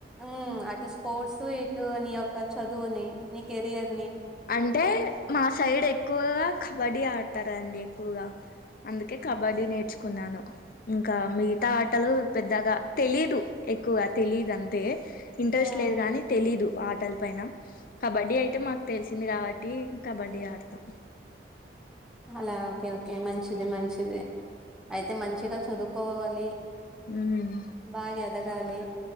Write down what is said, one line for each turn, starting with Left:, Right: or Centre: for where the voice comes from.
Centre: ఉమ్ అటు స్పోర్ట్స్ ఇటు నీ యొక్క చదువుని నీ కెరియర్
Left: అంటే మా సైడ్ ఎక్కువగా కబడ్డీ ఆడతారండి ఎక్కువగా అందుకే కబడ్డీ నేర్చుకున్నాను ఇంకా మిగతా ఆటలు పెద్దగా తెలీదు ఎక్కువ తెలీదు అంతే ఇంట్రెస్ట్
Centre: హ్మ్.
Left: లేదు కానీ తెలీదు ఆటలు పైన కబడ్డీ అయితే మాకు తెలిసింది కాబట్టి కబడ్డీ ఆడతాం
Centre: అలా ఓకే ఓకే మంచిది మంచిది అయితే మంచిగా చదువుకోవాలి
Left: ఉమ్
Centre: బా ఎదగాలి